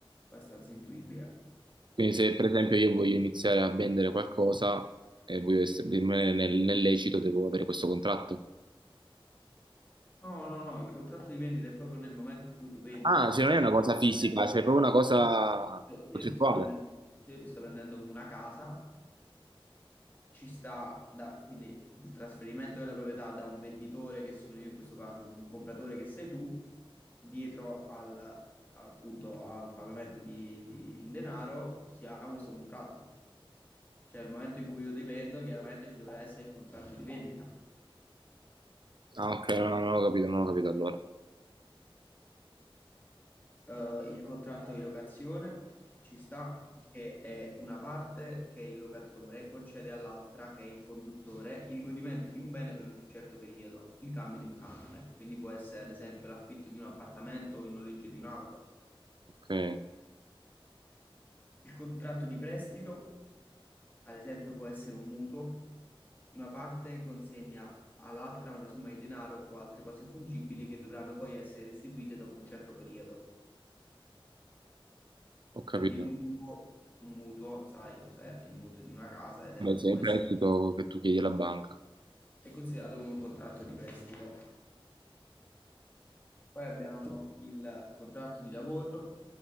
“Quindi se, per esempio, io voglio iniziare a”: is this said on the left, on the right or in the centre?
Right